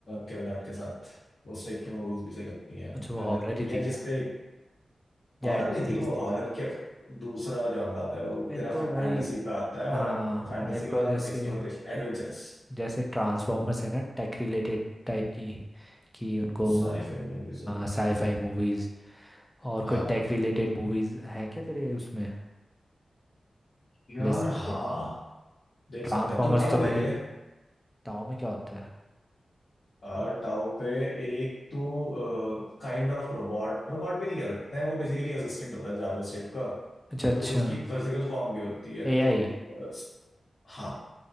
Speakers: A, on the left; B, in the centre.
A: केविन हार्ट के साथ उस टाइप की मूवीज भी सही लगती हैं अ,
B: अच्छा वो हॉरर ही
A: यार
B: थी
A: जिसपे
B: क्या
A: हॉरर
B: या एडवेंचरस
A: नहीं थी वो
B: थी
A: हॉरर के दूसरा जॉनर आता है वो
B: तो मेरे
A: तेरा
B: को
A: फैंटेसी
B: भाई
A: पे आता है और
B: हाँ
A: फैंटेसी
B: मेरे को
A: और
B: जैसे
A: एक्सप्लोरेशन एडवेंचरस
B: जैसे ट्रांसफॉर्मर्स है ना टेक रिलेटेड टाइप की कि उनको
A: साईफाई मूवीज होता
B: साईफाई
A: है।
B: मूवीज और
A: हाँ
B: कोई टेक रिलेटेड मूवीज है क्या तेरे उसमें
A: यार
B: लिस्ट
A: हाँ
B: पे
A: देख
B: ट्रांसफॉर्मर्स
A: सकता है तू टाउ
B: तो
A: देख
B: मैंने
A: ले
B: बताओ में क्या होता है
A: अ, टाउ पे एक तो काइंड ऑफ रोबोट रोबोट भी नहीं कह सकते हैं वो बेसिकली असिस्टेंट होता है जारवस टाइप का
B: अच्छा अच्छा
A: तो उसकी एक फिजिकल फॉर्म भी होती है
B: एआई
A: तो अ, स- हाँ